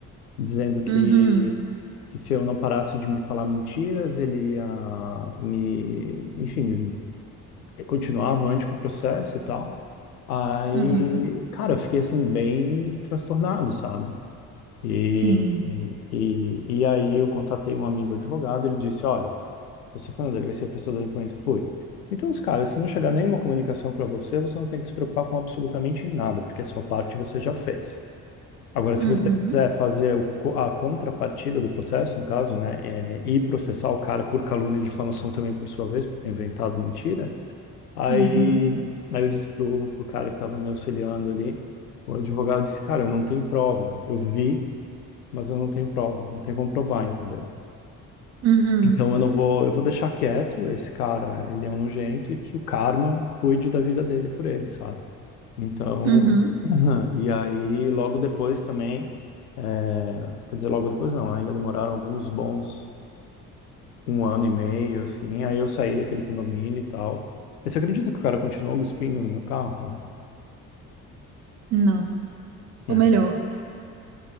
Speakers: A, on the left (about 80°); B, on the right (about 35°).
A: Dizendo que,
B: uhum,
A: que se eu não parasse de me falar mentiras, ele ia me, enfim, me, eh, continuar avante com o processo e tal. Aí,
B: uhum.
A: cara, eu fiquei, assim, bem transtornado, sabe? E,
B: Sim.
A: e, e aí eu contatei um amigo advogado, ele disse, olha, você foi na delegacia, prestou o documento? Foi. Então, os caras, se não chegar nenhuma comunicação para você, você não tem que se preocupar com absolutamente nada, porque a sua parte você já fez. Agora, se
B: Uhum,
A: você quiser fazer o co- a contrapartida do processo, no caso, né, é, e processar o cara por calúnia e difamação também por sua vez, por ter inventado mentira, aí,
B: uhum,
A: aí eu disse pro, pro cara que estava me auxiliando ali, o advogado disse, cara, eu não tenho prova. Eu vi, mas eu não tenho prova. Não tem como provar, entendeu?
B: uhum,
A: Então eu não vou, eu vou deixar quieto esse cara, ele é um nojento e que o karma cuide da vida dele por ele, sabe? Então,
B: uhum.
A: <laughs> e aí logo depois também, é, quer dizer, logo depois não, ainda demoraram alguns bons um ano e meio, assim, aí eu saí daquele condomínio e tal. E você acredita que o cara continuou cuspindo no meu carro, claro?
B: Não.
A: É,
B: Ou melhor,